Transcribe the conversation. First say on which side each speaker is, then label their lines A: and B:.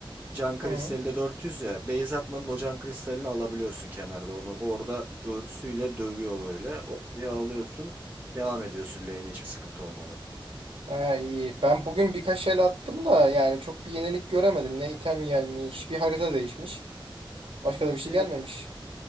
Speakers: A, on the right; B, on the right.
A: Can kristali
B: Hı.
A: de 400 ya. Base atmadan o can kristalini alabiliyorsun kenarda onu. Orada örsüyle dövüyor böyle. Hop diye alıyorsun. Devam ediyorsun lane'e hiçbir sıkıntı olmadan.
B: Ha, iyi. Ben bugün birkaç el attım da yani çok bir yenilik göremedim. Ne item gelmiş, bir harita değişmiş. Başka da bir şey
A: E,
B: gelmemiş.